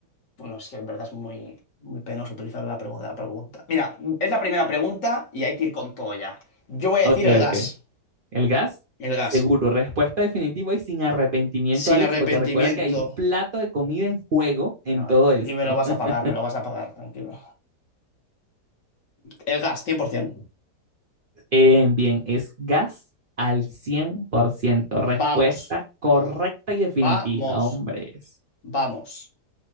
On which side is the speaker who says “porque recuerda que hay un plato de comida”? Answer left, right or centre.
Right